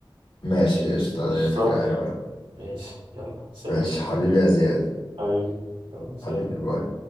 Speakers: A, on the left (about 70°); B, on the right (about 80°).
A: ماشي قشطة
B: قشطة
A: ده فكره حلوه أوي.
B: ماشي يلا سلام
A: ماشي حبيبي يا زياد
B: حبيبي يلا سلام
A: حبيبي باي